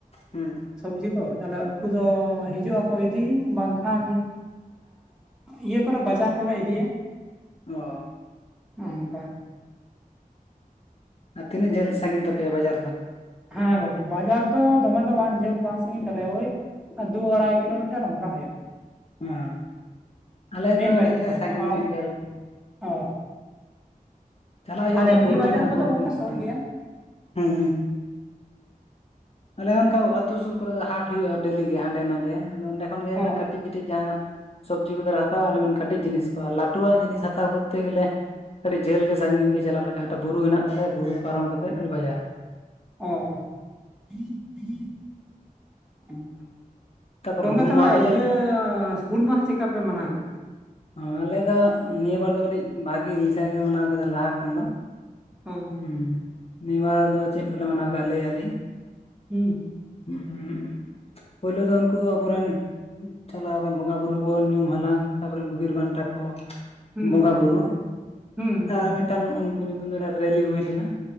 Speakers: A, on the left (about 45°); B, in the centre.
A: ᱦᱮᱸ
B: ᱥᱚᱵᱽᱡᱤ ᱠᱚ ᱛᱟᱦᱚᱞᱮ ᱩᱱᱠᱩ ᱫᱚ ᱦᱤᱡᱩᱜ ᱟᱠᱚ ᱤᱫᱤ ᱵᱟᱝᱠᱷᱟᱱ ᱤᱭᱟᱹ ᱠᱚᱨᱮ ᱵᱟᱡᱟᱨ ᱠᱚᱞᱮ ᱤᱫᱤᱭᱟ
A: ᱚ
B: ᱦᱚᱸ ᱚᱱᱠᱟ
A: ᱟᱨ ᱛᱤᱱᱟᱹᱜ ᱡᱷᱟᱹᱞ ᱥᱟᱺᱜᱤᱧ ᱛᱟᱯᱮᱭᱟ ᱵᱟᱡᱟᱨ ᱫᱚ
B: ᱦᱮᱸ ᱜᱚᱝᱠᱮ ᱵᱟᱡᱟᱨ ᱫᱚ ᱫᱚᱢᱮ ᱫᱚ ᱵᱟᱝ ᱡᱷᱟᱹᱞ ᱵᱟᱝ ᱥᱟᱺᱜᱤᱧ ᱛᱟᱞᱮᱭᱟ ᱳᱭ ᱟᱨ ᱫᱩ ᱟᱲᱟᱭ ᱠᱤᱞᱳ ᱢᱤᱴᱟᱨ ᱚᱱᱠᱟ ᱦᱩᱭᱩᱜᱼᱟ᱾
A: ᱦᱚᱸ ᱟᱞᱮ
B: ᱢᱮᱱ
A: ᱫᱚ ᱠᱟᱹᱴᱤᱡ
B: ᱵᱟᱡᱟᱨ
A: ᱞᱮ
B: ᱛᱟᱞᱮ
A: ᱥᱟᱺᱜᱤᱧ
B: ᱫᱚ ᱟᱨ
A: ᱧᱚᱜ ᱜᱮᱭᱟ ᱞᱮ
B: ᱚ
A: ᱪᱟᱞᱟᱜ ᱦᱩᱭᱩᱜᱼᱟ
B: ᱟᱨ
A: ᱚᱸᱰᱮ
B: ᱮᱢᱱᱤ
A: ᱵᱩᱨᱩ
B: ᱵᱟᱡᱟᱨ
A: ᱦᱮᱼᱱᱟ
B: ᱠᱚᱫᱚ
A: ᱵᱩᱨᱩ
B: ᱜᱚᱝᱠᱮ
A: ᱯᱟᱨᱚᱢ
B: ᱥᱩᱨ
A: ᱠᱟᱛᱮᱫ
B: ᱜᱮᱭᱟ
A: ᱦᱮᱸ ᱟᱞᱮ ᱚᱱᱠᱟ ᱟᱛᱩ ᱥᱩᱨ ᱠᱚᱨᱮ ᱫᱚ ᱦᱟᱸᱴ ᱦᱩᱭᱩᱜᱼᱟ ᱰᱮᱞᱤ ᱜᱮ ᱦᱟᱸᱰᱮ ᱱᱟᱰᱮ ᱟᱫᱚ ᱚᱸᱰᱮ ᱠᱷᱚᱱ ᱜᱮ
B: ᱚ
A: ᱚᱱᱮ ᱠᱟᱹᱴᱤᱡ ᱠᱟᱹᱴᱤᱡ ᱡᱟᱦᱟᱸ ᱥᱚᱵᱽᱡᱤ ᱠᱚᱫᱚᱞᱮ ᱦᱟᱛᱟᱣᱟ ᱟᱨ ᱠᱟᱹᱴᱤᱡ ᱡᱤᱱᱤᱥ ᱠᱚ ᱟᱨ ᱞᱟᱹᱴᱩᱣᱟᱜ ᱡᱤᱱᱤᱥ ᱦᱟᱛᱟᱣ ᱠᱚᱨᱛᱮ ᱜᱮᱞᱮ ᱟᱹᱰᱤ ᱡᱟᱹᱞ ᱜᱮ ᱥᱟᱺᱜᱤᱧ ᱜᱮ ᱪᱟᱞᱟᱜ ᱞᱮᱠᱟ ᱵᱩᱨᱩ ᱦᱮᱱᱟᱜ ᱛᱟᱞᱮᱭᱟ ᱵᱩᱨᱩ ᱯᱟᱨᱚᱢ ᱠᱟᱛᱮᱫ ᱚᱰᱮ ᱵᱟᱡᱟᱨ
B: ᱚ
A: ᱛᱟᱯᱚᱨ
B: ᱜᱚᱝᱠᱮ
A: ᱦᱩᱞ
B: ᱛᱟᱦᱚᱞᱮ
A: ᱢᱟᱦᱟ ᱠᱚ ᱪᱮᱫ
B: ᱤᱭᱟᱹ ᱦᱩᱞ ᱢᱟᱦᱟ ᱪᱮᱠᱟ ᱯᱮ ᱢᱟᱱᱟᱣ ᱠᱮᱫᱟ?
A: ᱚ ᱟᱞᱮ ᱫᱚ ᱱᱤᱭᱟᱹ ᱵᱟᱨ ᱫᱚ ᱠᱟᱹᱴᱤᱡ ᱵᱷᱟᱜᱤ ᱞᱮᱠᱟ ᱜᱮ ᱢᱟᱱᱟᱣ ᱠᱮᱫᱟ ᱞᱟᱦᱟ ᱠᱷᱚᱱ ᱫᱚ
B: ᱚ
A: ᱦᱮᱸ ᱱᱤᱭᱟᱹᱵᱟᱨ ᱫᱚ ᱪᱮᱫ ᱠᱚᱞᱮ ᱢᱟᱱᱟᱣ ᱠᱟᱜᱼᱟ ᱞᱟᱹᱭ ᱟᱞᱤᱧ
B: ᱦᱩᱸᱸ
A: ᱦᱩᱸ ᱯᱳᱭᱞᱩ ᱫᱚ ᱩᱱᱠᱩ ᱟᱵᱚᱨᱮᱱ ᱪᱟᱞᱟᱣ ᱟᱠᱟᱱ ᱵᱚᱸᱜᱟ ᱵᱩᱨᱩ ᱠᱟᱱ ᱧᱩᱢ ᱦᱟᱞᱟᱝ ᱟᱵᱚ ᱨᱮᱱ ᱵᱤᱨ ᱵᱟᱱᱴᱟ ᱠᱚ
B: ᱦᱩᱸ
A: ᱵᱚᱸᱜᱟ ᱵᱩᱨᱩ
B: ᱦᱩᱸ
A: ᱟᱨ ᱢᱤᱫ ᱴᱟᱝ ᱩᱱᱠᱩ ᱧᱩᱛᱩᱢ ᱫᱚ ᱨᱮᱞᱤ ᱦᱩᱭ ᱞᱮᱱᱟ᱾